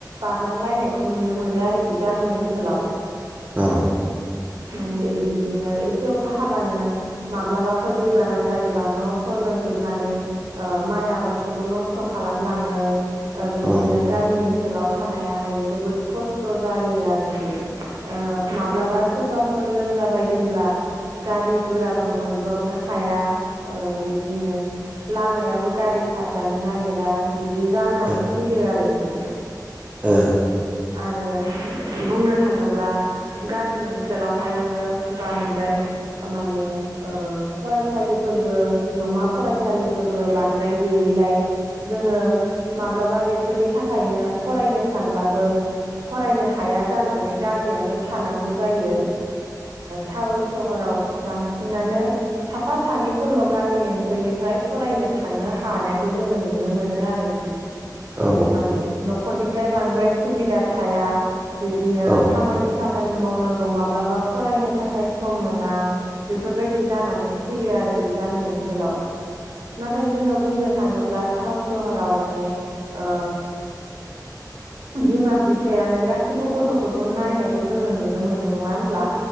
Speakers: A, on the right (about 70°); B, on the right (about 20°).
A: बारनांलायनायखौ नुनो मोनो आरोखि गामि ओनसोलाव
B: अ
A: बिब्दिनो एसे अखा हाबानो माब्लाबाफोर दैबाना जायोबा न' स' लोमजोबनानै ओ माइ आबादखौबो नस्थ' खालामलाङो ओ बिबदिनो
B: औ
A: गामि ओनसोलाव थानायाहाय जोबोद खस्थ' जायो आरोखि ओ माब्लाबा सोरबाफोर लोमजाबायदोंब्ला गारि गुराबो मोनब्रबनो हाया ओ बिब्दिनो लामायाबो गारि खारजानो नागिरा बिदि जानानै
B: औ
A: होयो आरोखि
B: ओ
A: आरो बुंनो थाङोब्ला गामि ओनसोलावहायो बांद्राय माने ओ फरायसालिफोरबो जौमा फरायसा सालिफोरबो बांद्राय गैयैलाय जोङो माब्लाबा बेफोरनि थाखाय थाखायनो फरायनो सानब्लाबो फरायनो हाया जानानै गामियावनो थानांगौ जायो। टाउन सहराव बांसिनानो साफा सानैफोरल' गामि ओनसोलनिफ्राय फरायनो थांनो हानायखौ जोङो नुनो मोनो आरोखि
B: औ
A: माने न'खरनिफ्राय बांद्राय सुबिदा थाया बिब्दिनो
B: औ
A: खामानि सामानि मावनांगौ माब्लाबा फरायनो थाखाय सम मोना बेफोरबायदि जानानै फैयो आरोखि गामि ओनसोलाव। नाथाय जोङो बुंनो थाङोब्ला थाउन सहराव माने ओ बिमा बिफायानो गासिबो गथ'फोरखौ नायनायखौ जोङो नुनो मोनो नङा होनब्ला?